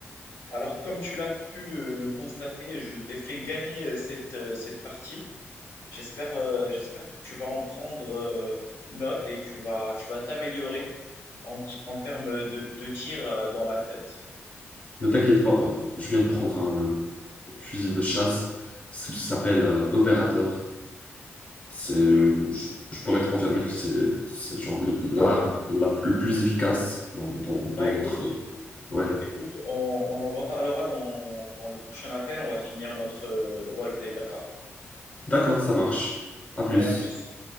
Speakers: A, on the left (about 75°); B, on the left (about 30°).
A: alors, comme tu l'as pu euh, le constater, je t'ai fait gagner euh, cette, euh, cette partie. J'espère, euh, j'espère que tu vas en prendre euh, note et tu vas, tu vas t'améliorer en, ti- en termes de, de tir euh, dans la tête.
B: Ne t'inquiète pas, hein. Je viens de prendre un fusil de chasse. Ça s'appelle euh, Opérateur. C'est, je, je pourrais te confirmer que c'est c'est genre l'arme
A: D'accord.
B: la, le plus efficace dans, dans, dans
A: Bah écoute.
B: notre. Ouais.
A: Écoute, on, on en reparlera dans, dans le prochain appel. On va finir notre euh, roleplay, d'accord?
B: D'accord, ça marche. À plus.
A: Allez, à plus.